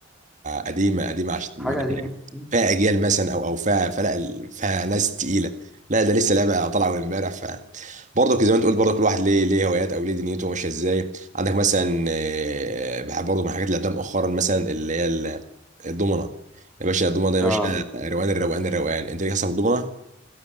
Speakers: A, on the right (about 40°); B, in the centre.
A: قديمه قديمه عشان
B: حاجه قديمه مم.
A: فيها اجيال مثلا او او فيها فلا ال- فيها ناس تقيله لا ده لسه لعبه طالعه من امبارح ف برضه زي ما انت قلت برضه كل واحد ليه ليه هوايات او ليه دنيته ماشيه ازاي عندك مثلا آه، بحب برضه من الحاجات اللي لعبتها مؤخرا مثلا اللي هي الضمنه يا باشا الضمنه ده يا
B: اه
A: باشا روقان الروقان الروقان انت ليك اصلا في الضمنه